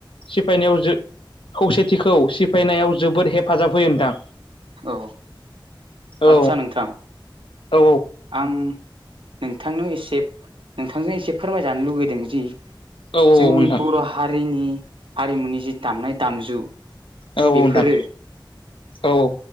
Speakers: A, on the left; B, on the right.
A: सिफायनायाव खौसेथिखौ सिफायनायाव जोबोद हेफाजाब होयो नोंथां
B: औ
A: औ
B: आदसा नोंथां
A: औ
B: आं नोंथांनो एसे नोंथांजों एसे फोरमायजानो लुुबैदों जि
A: औ
B: जोंनि
A: नोंथां
B: बर' हारिनि हारिमुनि जि दामनाय दामजु
A: औ औ
B: बेफोरो
A: नोंथां औ औ